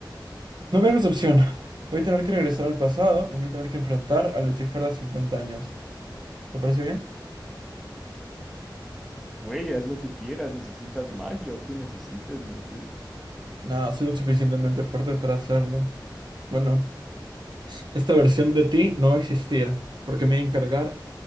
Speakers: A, on the right; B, in the centre.
A: no me hagas opción. Voy a tener que regresar al pasado y me voy a tener que enfrentar a Lucifer de cincuenta años. ¿Te parece bien?
B: Güey, haz lo que quieras, necesitas magia o qué necesitas, no sé.
A: Nada, soy lo suficientemente fuerte para hacerlo. Bueno. Esta versión de ti no va a existir, porque me voy a encargar